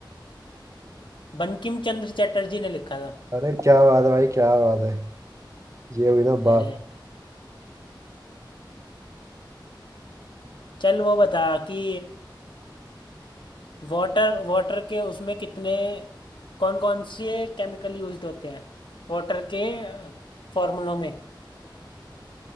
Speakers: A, on the left; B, on the right.
A: बंकिम चंद्र चटर्जी ने लिखा था
B: अरे क्या बात है भाई क्या बात है ये हुई ना
A: अरे
B: बात
A: चल वो बता कि वाटर वाटर के उसमें कितने कौन कौन से केमिकल यूज्ड होते हैं वाटर के फॉर्मूलों में